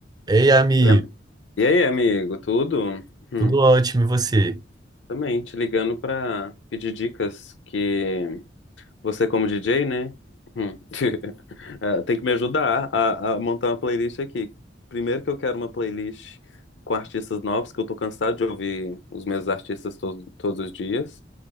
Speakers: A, on the right (about 20°); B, on the left (about 80°).
A: Ei, amigo,
B: Oi, am- E aí, amigo, tudo? Hum,
A: tudo ótimo, e você?
B: também te ligando pra pedir dicas que você como DJ, né? Hum, <laughs> eh, tem que me ajudar a, a montar uma playlist aqui. Primeiro que eu quero uma playlist com artistas novos, que eu tô cansado de ouvir os mesmos artistas to- todos os dias.